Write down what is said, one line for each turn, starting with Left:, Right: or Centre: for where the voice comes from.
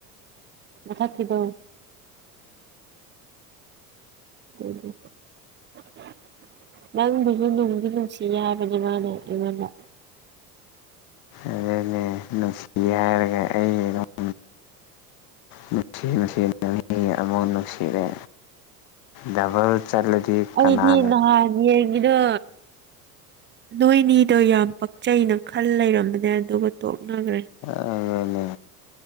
Right: ꯃꯊꯥꯛꯒꯤꯗꯣ ꯎ ꯎ <inaudible> ꯅꯪꯕꯨꯁꯨ ꯅꯨꯡꯗꯤ ꯅꯨꯡꯁꯤ ꯌꯥꯕꯅꯦ ꯃꯥꯅ ꯑꯩꯉꯣꯟꯗ
Left: ꯑꯗꯨꯅꯦ ꯅꯨꯡꯁꯤ ꯁꯤ ꯍꯥꯏꯔꯒ ꯑꯩ ꯑꯗꯨꯝ ꯅꯨꯡꯁꯤ ꯅꯨꯡꯁꯤꯅ ꯃꯤ ꯑꯃꯨꯛ ꯅꯨꯡꯁꯤꯔꯦ ꯗꯕꯜ ꯆꯠꯂꯗꯤ
Right: ꯑꯩꯗꯤ
Left: ꯀꯅꯥꯅ
Right: ꯅꯍꯥꯟ ꯌꯦꯡꯉꯤꯗꯣ ꯅꯣꯏꯅꯤꯗꯣ ꯌꯥꯝ ꯄꯛꯆꯩꯅ ꯈꯜ ꯂꯩꯔꯝꯕꯅꯦ ꯑꯗꯨꯒ ꯇꯣꯛꯅꯈ꯭ꯔꯦ
Left: ꯑꯗꯨꯅꯦ